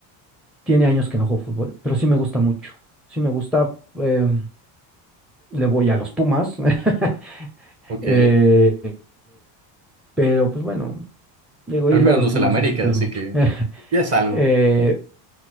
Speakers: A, in the centre; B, on the right.
A: Tiene años que no juego fútbol, pero sí me gusta mucho. Sí me gusta. eh, le voy a los Pumas. <laughs>
B: Ok.
A: eh, pero pues bueno, digo,
B: Al
A: irle
B: menos
A: a los
B: no es
A: Pumas
B: el América,
A: es sufrir
B: así
A: mucho.
B: que
A: <laughs>
B: ya es algo.
A: Eh,